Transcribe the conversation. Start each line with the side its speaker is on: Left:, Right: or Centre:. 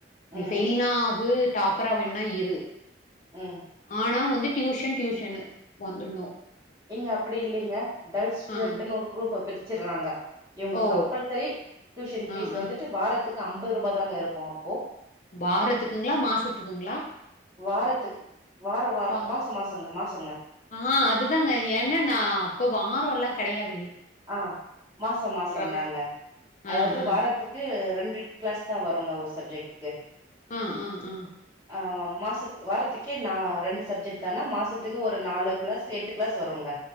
Left: நீ
Right: ம்
Left: ஃபெயில்னா ஆகு டாப்பரா வேன்னா இரு
Right: ம்
Left: ஆனா வந்து டியூஷன் டியூஷன்னு வந்துட்ணு
Right: ஏங்க அப்பிடி இல்லிங்க டல் ஸ்டூடெண்ட்டுணு
Left: ஆ
Right: ஒரு குரூப்ப பிரி ச்சுர்றாங்க இவுங்க
Left: ஓ
Right: கம்பல்சரி டியூஷன் ஃபீஸ்
Left: ஆ ஆ
Right: வந்துட்டு வாரத்துக் அம்பது ரூபா தாங்க இருக்கு அப்
Left: வாரத்துக்குங்ளா மாசத்துக்குங்ளா
Right: வாரத்துக்கு வார வார
Left: பா
Right: மாச மாசங்க மாசங்க
Left: ஆ அதுதாங்க ஏ ன்னனா அப்போ வாரொல்லா கெடையா
Right: ஆ மாசமாசந்தாங்க
Left: மாரி. ஆ,
Right: அதாவ்து
Left: ஆ,
Right: வாரத்துக்கு ரெண்டுட்டு கிளாஸ் தா வருங்க ஒரு சப்ஜெக்ட் டு
Left: ஆ, ஆ, ஆ,
Right: ஆ மா சத்து வாரத்துக்கே நா ரெண்டு சப்ஜெக்ட் தானா மாசத்துக்கு ஒரு நாலு கிளாஸ் எட்டு கிளாஸ் வருங்க